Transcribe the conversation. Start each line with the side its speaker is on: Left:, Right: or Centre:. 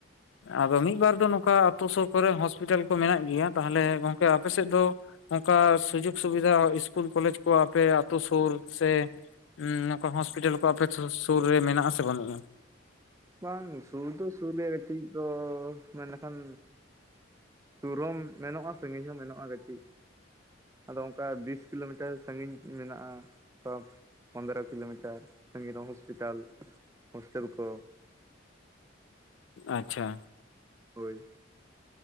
Left: ᱟᱫᱚ ᱢᱤᱫ ᱵᱟᱨ ᱫᱚ ᱱᱚᱝᱠᱟ ᱟᱹᱛᱩ ᱥᱩᱨ ᱠᱚᱨᱮ ᱦᱚᱥᱯᱤᱴᱟᱞ ᱠᱚ ᱢᱮᱱᱟᱜ ᱜᱮᱭᱟ᱾ ᱛᱟᱦᱞᱮ ᱜᱚᱝᱠᱮ ᱟᱯᱮ ᱥᱮᱫ ᱫᱚ ᱚᱱᱠᱟ ᱥᱩᱡᱳᱜᱽ ᱥᱩᱵᱤᱫᱷᱟ ᱤᱥᱠᱩᱞ ᱠᱚᱞᱮᱡᱽ ᱠᱚ ᱟᱯᱮ ᱟ ᱟᱹᱛᱩ ᱥᱩᱨ ᱥᱮ ᱩᱸ ᱱᱚᱝᱠᱟ ᱦᱚᱥᱯᱤᱴᱟᱞ ᱠᱚ ᱟᱯᱮ ᱥᱩᱨ ᱨᱮ ᱢᱮᱱᱟᱜ ᱟ ᱥᱮ ᱵᱟᱹᱱᱩᱜᱼᱟ?
Right: ᱵᱟᱝ ᱥᱩᱨ ᱫᱚ ᱥᱩᱨ ᱜᱮᱭᱟ ᱠᱟᱹᱴᱤᱡ ᱫᱚ ᱢᱮᱱ ᱞᱮᱠᱷᱟᱱ ᱥᱩᱨ ᱦᱚᱸᱢ ᱢᱮᱱᱚᱜᱼᱟ ᱥᱟᱺᱜᱤᱧ ᱦᱚᱸ ᱢᱮᱱᱟᱜᱼᱟ ᱠᱟᱹᱴᱤᱡ᱾ ᱟᱫᱚ ᱚᱱᱠᱟ ᱵᱤᱥ ᱠᱤᱞᱳᱢᱤᱴᱟᱨ ᱥᱟᱜᱤᱧ ᱢᱮᱱᱟᱜᱼᱟ ᱥᱚᱵ᱾ ᱯᱚᱱᱰᱚᱨ ᱠᱤᱞᱳᱢᱤᱴᱟᱨ ᱥᱟᱺᱜᱤᱧ ᱨᱮ ᱦᱥᱯᱤᱴᱟᱞ ᱦᱥᱴᱮᱞ ᱠᱚ᱾
Left: ᱟᱪᱪᱷᱟ᱾
Right: ᱦᱳᱭ᱾